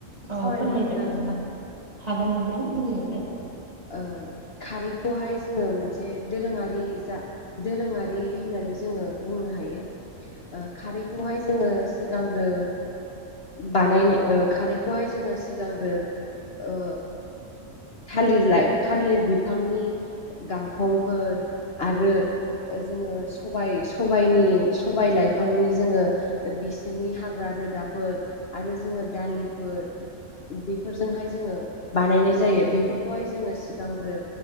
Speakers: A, on the right; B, on the left.
A: औ
B: सावरायनो
A: फोरमायजागोन
B: हागोन ना नोंथां?
A: आ हागोन नोंथां बुंलांदो।
B: ओ खारैखौहाय जोङो मोनसे दोरोङारि जा दोरोङारि होननानै जो बुंनो हायो ओ खारैखौहाय जोङो सिगांग्रो बानायनो ओ खारैखौहाय जोङो सिगांग्रो ओ थालिर लाइ थालिर बिफांनि गांखंफोर आरो जोङो सबायनि सबाय लाइफांनि जोङो बिसोरनि हाग्रा रोदाफोर आरो जोङो दालिफोर बेफोरजोंहाय जोङो बानायनाय जायो बेफोर खौहाय जोङो सिगांग्रो